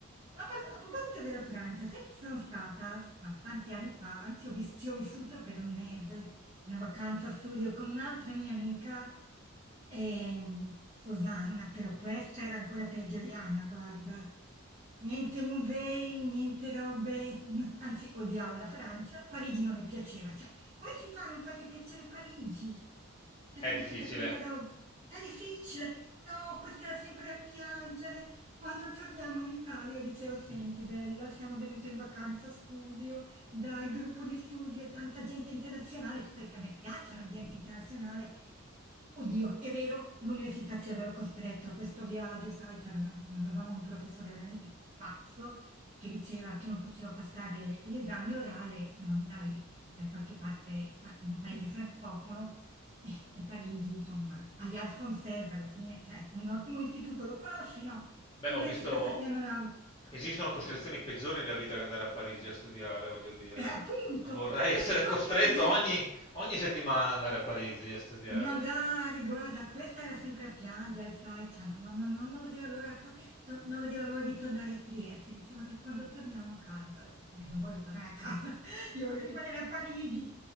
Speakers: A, on the right (about 30°); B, on the left (about 20°).
A: Ma a, par- a proposito della Francia, sai che ci sono stata? Ma tanti anni fa, anzi ho vis- ci ho vissuto per un mese una vacanza studio con un'altra mia amica, ehm, Susanna, però questa era ancora peggio di Anna, guarda. Niente musei, niente robe, n- anzi odiavo la Francia, Parigi non le piaceva, cioè come si fa a non farti piacere Parigi? Cioè
B: È
A: con
B: difficile.
A: tutta quella roba, è difficile, no, questa è sempre a piangere. Quando torniamo in Italia io dicevo, senti bella, siamo venute in vacanza studio, dai, gruppo di studio e tanta gente internazionale, tu sai che a me piace l'ambiente internazionale. Oddio, è vero, l'università ci aveva costretto a questo viaggio, sai, c'aveva- avevamo un professore veramente pazzo che diceva che non poteva passare l'esame orale se non andavi da qualche parte, cioè in un paese francofono, eh, e Parigi, insomma, Alliance Française alla fine, cioè è un ottimo istituto, lo conosci, no?
B: Beh,
A: E
B: ho
A: invece
B: visto...
A: questa sia non la...
B: Esistono costrizioni peggiori nella vita che andare a Parigi a studiare, voglio dire.
A: E appunto,
B: Vorrei
A: questa
B: essere
A: qua
B: costretto
A: piange!
B: ogni, ogni settimana ad andare a Parigi a studiare.
A: Magari, guarda, questa era sempre a piangere, sai, cioè, no- no- no- no- non, vedeva l'ora, to- to- non vedeva l'ora di tornare a Trieste, diceva "Dai, quando torniamo a casa, Ho detto, "Ma io non voglio tornare a casa, <laughs> io voglio rimanere a Parigi,